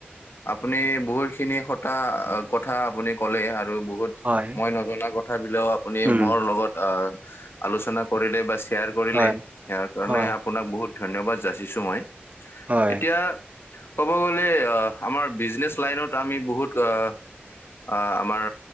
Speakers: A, on the left (about 70°); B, on the right (about 35°).
A: আপুনি বহুতখিনি সটাা কথা আপুনি ক'লে। আৰু বহুত
B: হয়।
A: মই নজনা কথ বিলাকও আপুনি
B: উম
A: মোৰ লগত আলোচনা কৰিলে বা শ্বেয়াৰ কৰিলে
B: হয়
A: সয়াৰ কাৰণে
B: হয়
A: আপোনাক বহুত ধন্যবাদ যাচিছো মই
B: হয়
A: এতিয়া ক'ব গ'লে আমাৰ বিজনেচ লাইনত আমি বহুত আহ, আমাৰ